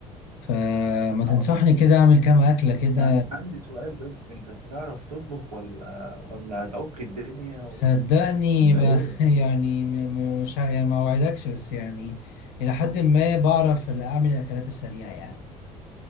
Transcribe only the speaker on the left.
فما
تنصحني كده اعمل كام اكله كده
صدقني
ب...
<laughs> يعني م- م- مش ه- يعني ما اوعدكش بس يعني الى حد ما بعرف اعمل الاكلات السريعه يعني